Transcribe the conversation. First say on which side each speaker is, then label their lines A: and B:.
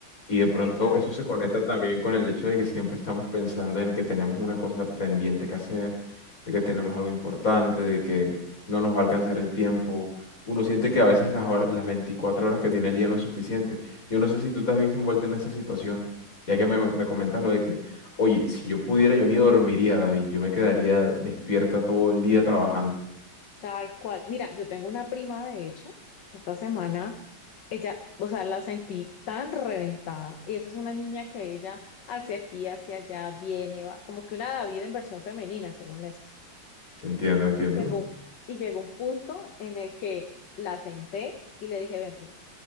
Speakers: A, on the left (about 40°); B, on the left (about 65°).
A: Y de pronto
B: exacto.
A: eso se conecta también con el hecho de que siempre estamos pensando en que tenemos una cosa pendiente que hacer, de que tenemos algo importante, de que no nos va a alcanzar el tiempo. Uno siente que a veces las, hor- las 24 horas que tiene el día no es suficiente. Yo no sé si tú te has visto envuelta en esa situación, ya que me, me comentas lo de que, oye, si yo pudiera, yo ni dormiría, David, yo me quedaría despierta todo el día trabajando.
B: Tal cual. Mira, yo tengo una prima, de hecho, que esta semana, ella, o sea, la sentí tan reventada. Y esa es una niña que ella hacia aquí, hacia allá, viene, va, como que una David en versión femenina, según esto.
A: Entiendo, entiendo.
B: Y llegó, y llegó un punto en el que la senté y le dije, ven, prima.